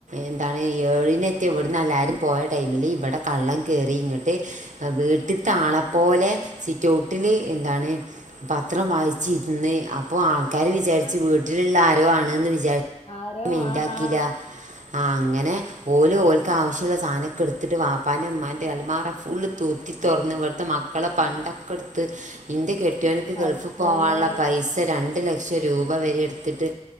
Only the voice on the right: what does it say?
എന്താണ് ഏഴ്നെതി ഇവ്ട്ന്ന് എല്ലാരും പോയ ടൈമില് ഇവിടെ കള്ളൻ കേറി ഇങ്ങട്ട് വീട്ട്ത്താളപോലെ സിറ്റൊട്ടില് എന്താണ് പത്രം വായിച്ചിര്ന്ന് അപ്പോ ആൾക്കാര് വിചാരിച്ച്
വീ റ്റ്ലുള്ള ആരോ ആണ്ന്ന് വിചാ
മൈന്റാക്കീലാ
ആഹ് അങ്ങനെ ഓല്ഓൽക്കാവശ്യള്ള സാനൊക്കെടുത്തിട്ട് വാപ്പാന്റെ മ്മാന്റെ അൽമാറഫുള് കുത്തിത്തുതൊറന്ന് ഇവട്ത്തെ മക്കളെ പണ്ട ക്കെട്ത്ത് ഇന്റെ കെട്ടിയോന്ക്ക്‌
ഗൾഫ് പോവാൻള്ള പൈസ രണ്ട്ലക്ഷ ക്ഷരൂപവരെട്ത്തിട്ട്